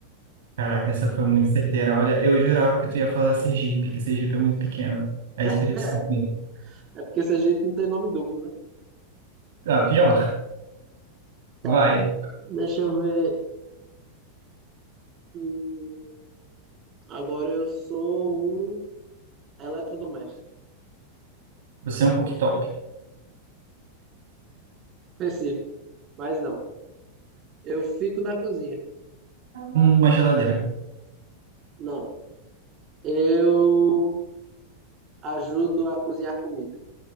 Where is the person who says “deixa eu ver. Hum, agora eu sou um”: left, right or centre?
Right